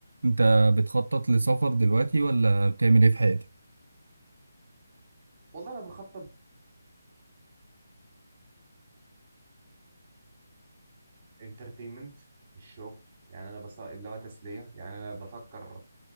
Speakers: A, on the right (about 80°); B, on the right (about 30°).
A: انت بتخطط لسفر دلوقتي ولا بتعمل ايه في حياتك
B: والله انا بخطط انترتينمنت الشغل يعني انا بس اللي هو تسليه يعني انا بفكر